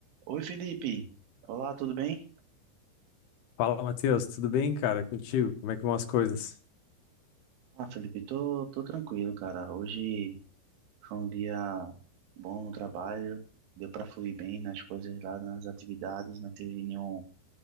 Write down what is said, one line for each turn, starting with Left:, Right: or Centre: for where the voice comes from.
Right: Oi, Felipe. Olá, tudo bem?
Left: Fala, Matheus, tudo bem, cara? Contigo? Como é que vão as coisas?
Right: Ah, Felipe, tô, tô tranquilo, cara. Hoje foi um dia bom no trabalho, deu pra fluir bem nas coisas lá, nas atividades, não teve nenhum,